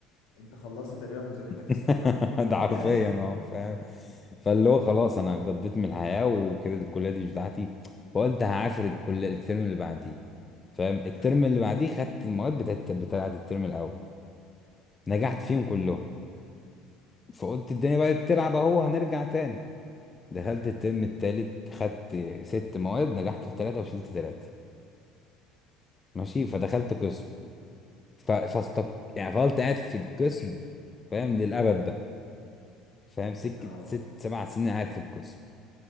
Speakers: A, on the left; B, on the left.
A: انت خلصت تقريبا مذاكرتك
B: <laughs>
A: في الثانويه العامه
B: ده حرفيا
A: <laughs>
B: اه فاهم فاللي هو خلاص انا قضيت من الحياه وكده الكليه دي مش بتاعتي فقلت هعافر الكليه الترم اللي بعديه فاهم الترم
A: حلو
B: اللي بعديه خدت المواد بتاعت بتاعت الترم الاول نجحت
A: حلو
B: فيهم كلهم فقلت الدنيا بقت تلعب اهو هنرجع تاني دخلت
A: تمام
B: الترم التالت خدت ست مواد نجحت في ثلاثه وشلت ثلاثه ماشي فدخلت قسم ف... فاستق يعني فضلت قاعد في القسم فاهم للابد بقى فاهم سكه
A: اه
B: ست سبع سنين قاعد في القسم